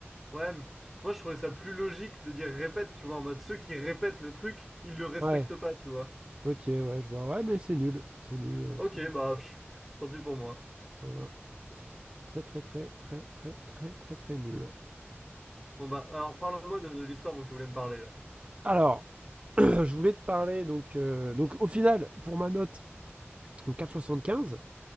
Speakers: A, in the centre; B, on the right.
A: Ouais, mais moi je trouvais ça plus logique de dire répète, tu vois, en mode ceux qui répètent le truc, ils le respectent
B: Ouais,
A: pas, tu vois.
B: ok, ouais, je vois. Ouais, mais c'est nul. C'est nul. hein,
A: Ok,
B: ce que tu-
A: bah, pff, tant pis pour moi.
B: Voilà. Très, très, très, très, très, très, très, très nul.
A: Bon, bah, alors, parle-moi de, de l'histoire dont tu voulais me parler, là.
B: Alors, <clears throat> <coughs> je voulais te parler, donc, euh, donc au final, pour ma note, donc 4,75,